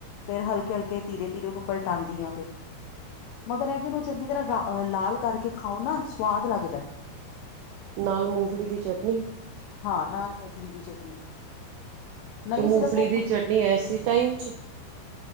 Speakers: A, on the left (about 80°); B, on the right (about 85°).
A: ਫੇਰ ਹਲਕੇ-ਹਲਕੇ, ਧੀਰੇ-ਧੀਰੇ ਉਹਨੂੰ ਪਲਟਾਂਂਦੀ ਆ ਫਿਰ, ਮਗਰ ਇਹ ਕਿ, ਉਹਨੂੰ ਚੰਗੀ ਤਰ੍ਹਾਂ ਲਾਲ ਕਰਕੇ ਖਾਓ ਨਾ ਸਵਾਦ ਲੱਗਦੈ।
B: ਨਾਲ ਮੂੰਗਫਲੀ ਦੀ ਚਟਨੀ
A: ਹਾਂ, ਨਾਲ ਮੂੰਗਫਲੀ ਦੀ ਚਟਨੀ। ਨਹੀਂ
B: ਤੇ, ਮੂਫਲੀ
A: ਸਿਰਫ ਉਹ
B: ਦੀ ਚਟਨੀ ਐਸੀ ਟਾਈਮ'ਚ?